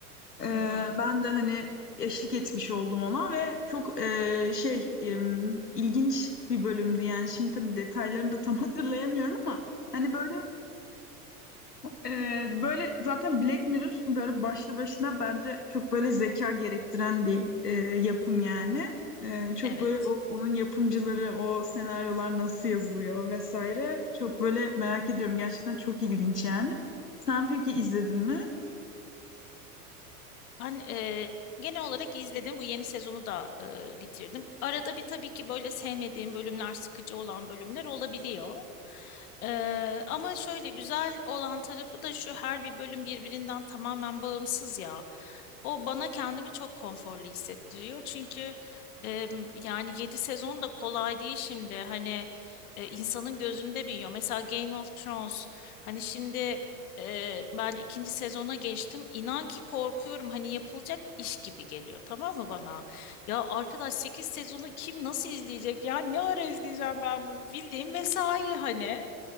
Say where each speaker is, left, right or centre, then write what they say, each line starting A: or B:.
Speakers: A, on the left (about 85°); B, on the left (about 65°).
A: Ee,
B: hı hı.
A: ben de hani eşlik etmiş oldum ona ve çok e, şey em, ilginç bir bölümdü. Yani şimdi tabii detaylarını da tam <laughs> hatırlayamıyorum ama hani böyle ee, böyle zaten Black Mirror böyle başlı başına bence çok böyle zeka gerektiren bir e, yapım yani. Ee, çok
B: Evet.
A: böyle o- onun yapımcıları, o senaryolar nasıl yazılıyor vesaire. Çok böyle merak ediyorum. Gerçekten çok ilginç yani. Sen peki izledin mi?
B: Ben eee, genel olarak izledim. Bu yeni sezonu da eee, bitirdim. Arada bir tabii ki böyle sevmediğim bölümler, sıkıcı olan bölümler olabiliyor. Eee, ama şöyle güzel olan tarafı da şu her bir bölüm birbirinden tamamen bağımsız ya. O bana kendimi çok konforlu hissettiriyor. Çünkü eee, yani 7 sezon da kolay değil şimdi. Hani e, insanın gözünde büyüyor. Mesela Game of Thrones. Hani şimdi ee, ben ikinci sezona geçtim. İnan ki korkuyorum. Hani yapılacak iş gibi geliyor. Tamam mı bana? Ya arkadaş 8 sezonu kim nasıl izleyecek? Ya ne ara izleyeceğim ben bunu? Bildiğim mesai hani.